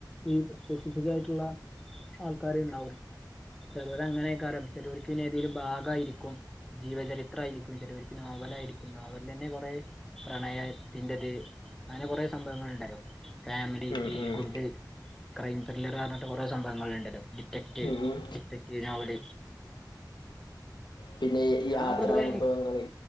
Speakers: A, in the centre; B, on the left.
A: ഈ സ്പെസിഫിക് ആയിട്ടുള്ള ആൾക്കാര് ഇണ്ടാവും ചെലെർ അങ്ങനെയൊക്കെരം ചെലെർക്ക്ഏതലും ഭാഗമായിരിക്കും ജീവചരിത്രയിരിക്കും ചെലെർക്ക് നോവൽ ആയിരിക്കും നോവൽ തന്നെ കെറെ പ്രണയത്തിതിൻറത് അങ്ങനെ കുറ സംഭവങ്ങൾ ഉണ്ടല്ലോ ഫാമിലി
B: ഉം
A: ഫീൽ
B: ഉം
A: ഗുഡ് ക്രൈം ത്രില്ലർ പറഞ്ഞിട്ട് കുറെ സംഭവങ്ങൾ ഇണ്ടാലോ ഡിറ്റക്റ്റ്
B: ഉം ഉം
A: ഡിറ്റക്ട് നോവൽ
B: പിന്നെ
A: ഞാൻ
B: യാത്രാനുഭവങ്ങള്
A: പൊതുവേനി